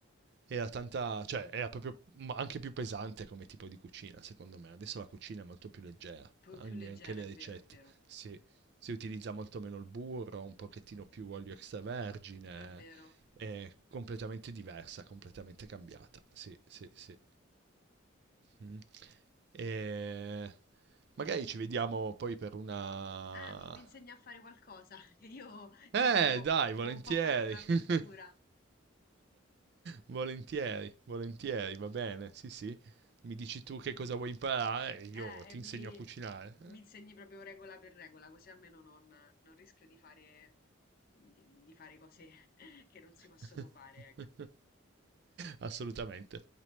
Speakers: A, on the right; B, on the left.
A: era tanta... cioè era proprio ma anche più pesante come tipo di cucina, secondo me. Adesso la cucina è molto più leggera,
B: più,
A: ogni-
B: più leggera,
A: anche le
B: è
A: ricette.
B: vero, è vero,
A: Si, si utilizza molto meno il burro, un pochettino più olio extravergine,
B: è vero.
A: è completamente diversa, completamente cambiata. Sì, sì, sì. Mm. E magari ci vediamo poi per una...
B: Ah, mi, mi insegna a fare qualcosa, <laughs> che io sì,
A: Eh,
B: devo,
A: dai, volentieri.
B: devo un po' farmi una cultura.
A: <laughs> Volentieri, volentieri, va bene. Sì, sì. Mi dici tu che cosa vuoi imparare e io
B: Eh,
A: ti
B: e mi,
A: insegno a cucinare.
B: mi insegni proprio regola per regola, così almeno non, non rischio di fare, di di fare cose <laughs> che non si possono
A: <laughs>
B: fare, ecco.
A: Assolutamente.